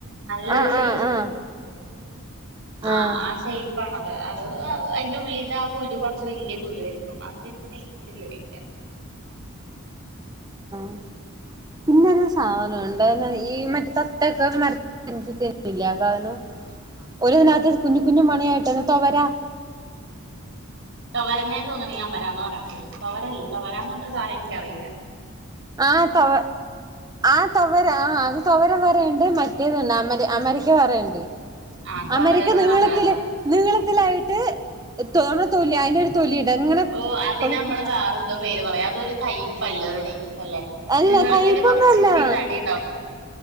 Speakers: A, on the right (about 60°); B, on the right (about 15°).
A: നല്ലൊരുഷെയ്പ്പ്
B: ആഹ് ആഹ് ആഹ്
A: ആഹ
B: ആഹ്
A: ആഷെയ്പ്പാണത് അത് അവ് ഐ തിന്റെ ഉള്ളിത്തെ ആ കുരുകൊറച്ച് വെല്ല്യ കുരുആരിക്കും അത് പിന്നെ ടെസ്റ്റില്ല വെക്കാ
B: <inaudible> പിന്നൊരുസാധനം ഉണ്ട് എനാ ഈ മറ്റെതത്തൊക്കെ <unintelligible> ഇല്ല കാനൊ ഒരുദിനകത്ത് കുഞ്ഞു കുഞ്ഞു മണിയായിട്ട്ന്ന് തൊവര
A: തവരനെ തോന്നണ് ഈ അമരാന്ന് പറയണ് തൊവരല്ല തൊവരാന്നർട്ടൊരു സാധനം എനിക്കറിയില്ല
B: ആ തൊവ ആ തൊവരാ ആ അത് തൊവര വേറെയിൻഡ് മറ്റേത്ണ്ട് അമര അമരക്ക വേറെയിൻഡ്
A: ആഹ് തുവരനാണ്
B: അമരക്ക നീളത്തില്,
A: അമരാന്ന് പറയണെ
B: നീളത്തിലായിട്ട് തൊ നമ്മുടെ തൊലി അയിനൊരു തൊലിണ്ട് അഇങ്ങനെ
A: ഓഹ് അതിന്
B: പൊളിച്ചി
A: നമ്മള് വേറെന്തോ പേര് പറയാ അതൊരു കയ്പ്പല്ലേ ഒരു ടേസ്റ്റ് അല്ലേ
B: അല്ല
A: നീളത്തില്
B: കൈപ്പൊന്നല്ലാ.
A: കൊറച്ച് ഇത്തിരി തടി ഉണ്ടാവും